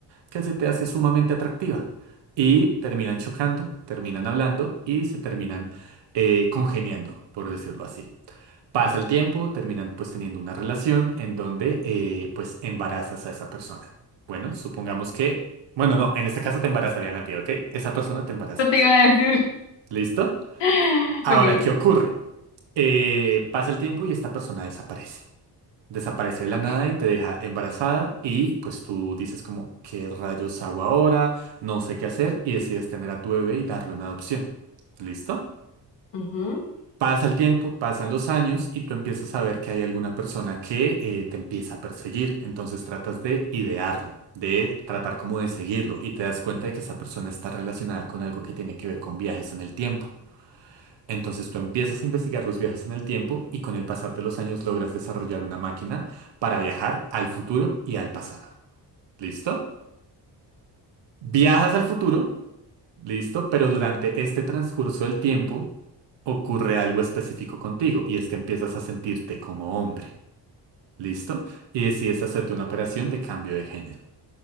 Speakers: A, on the right; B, on the left.
A: que se te hace sumamente atractiva. Y terminan chocando, terminan hablando y se terminan eh, congeniando, por decirlo así. Pasa el tiempo, terminan pues teniendo una relación en donde eh, pues embarazas a esa persona. Bueno, supongamos que, bueno, no, en este caso te embarazarían a ti, ¿ok? Esa persona te embaraza
B: Yo
A: a
B: te
A: ti.
B: iba a decir.
A: ¿Listo?
B: <laughs>
A: Ahora,
B: Ok,
A: ¿qué ocurre? Eh, pasa el tiempo y esta persona desaparece desaparece de la
B: ok.
A: nada y te deja embarazada y pues tú dices como, ¿qué rayos hago ahora? No sé qué hacer y decides tener a tu bebé y darlo en adopción. ¿Listo?
B: ujú.
A: Pasa el tiempo, pasan los años y tú empiezas a ver que hay alguna persona que eh, te empieza a perseguir. Entonces tratas de idearlo, de tratar como de seguirlo y te das cuenta de que esa persona está relacionada con algo que tiene que ver con viajes en el tiempo. Entonces tú empiezas a investigar los viajes en el tiempo y con el pasar de los años logras desarrollar una máquina para viajar al futuro y al pasado. ¿Listo? Viajas al futuro, listo, pero durante este transcurso del tiempo ocurre algo específico contigo y es que empiezas a sentirte como hombre. ¿Listo? Y decides hacerte una operación de cambio de género.